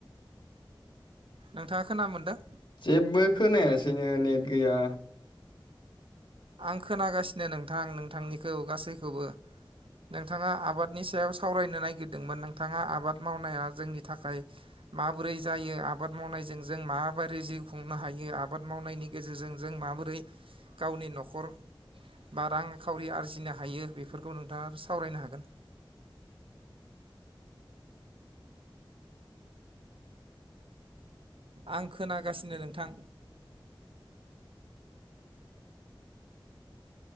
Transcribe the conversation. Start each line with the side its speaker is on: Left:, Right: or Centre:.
Right: नोंथाङा खोना मोनदों?
Left: जेबो खोनायासैनो नेट गैया।
Right: आं खोनागासिनो नोंथां नोंथांनिखौ गासैखौबो। नोंथाङा आबादनि सायाव सावरायनो नागिरदोंमोन नोंथाङा आबाद मावनाया जोंनि थाखाय माबोरै जायो आबाद मावनायजों जों माबोरै जिउ खुंनो हायो आबाद मावनायनि गेजेरजों जों माबोरै गावनि न'खर बा रांखावरि आरजिनो हायो बेफोरखौ नोंथाङा सावरायनो हागोन
Left: <unintelligible>
Right: आं खोनागासिनो नोंथां